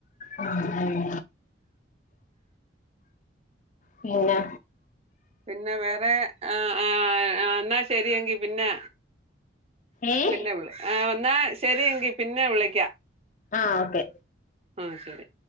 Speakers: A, on the left; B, on the right.
A: ഉം പിന്നെ
B: പിന്നെ വേറെ ആ ആ എന്നാ ശെരിയെങ്കി പിന്നെ
A: ഏഹ്
B: പിന്നെ വിളി ന്നാ ശെരിയെങ്കി പിന്നെ വിളിക്കാ
A: ആ ഓക്കെ
B: ആ ശെരി